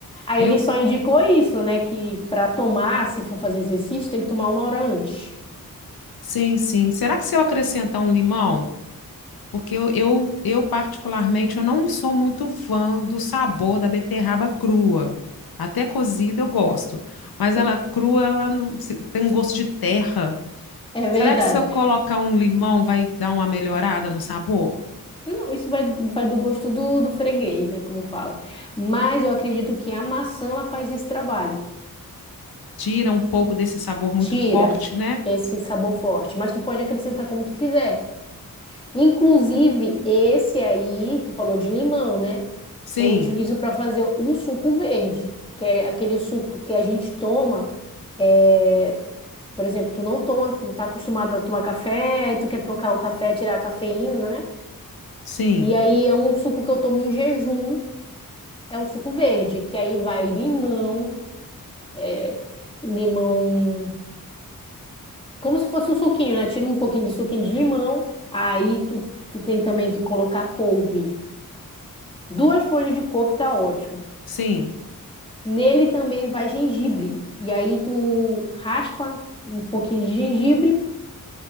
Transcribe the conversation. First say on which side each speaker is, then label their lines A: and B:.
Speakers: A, on the left; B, on the left.
A: Aí
B: Eu,
A: ele só indicou isso, né? Que para tomar, se for fazer exercício, tem que tomar uma hora antes.
B: sim, sim. Será que se eu acrescentar um limão? Porque eu, eu, eu, particularmente, eu não sou muito fã do sabor da beterraba crua. Até cozida eu gosto, mas
A: E-
B: ela crua, ela não se- tem gosto de terra.
A: É verdade.
B: Será que se eu colocar um limão vai dar uma melhorada no sabor?
A: Não, isso vai, vai do gosto do, do freguês, né? Como fala. Mas eu acredito que a maçã ela faz esse trabalho.
B: Tira um pouco desse sabor muito
A: Tira
B: forte, né?
A: esse sabor forte. Mas tu pode acrescentar como tu quiser. Inclusive, esse aí, tu falou de limão, né?
B: Sim,
A: Eu utilizo para fazer o suco verde, que é aquele suco que a gente toma. é, Por exemplo, tu não toma, tu tá acostumado a tomar café, e tu quer trocar o café, tirar a cafeína, né?
B: sim,
A: E aí é um suco que eu tomo em jejum, é o suco verde, que aí vai limão, é, limão, como se fosse um suquinho, né? Tira um pouquinho de suquinho de limão, aí tu, tu tem também que colocar couve. Duas folhas de couve tá ótimo.
B: sim,
A: Nele também vai gengibre. E aí tu raspa um pouquinho de gengibre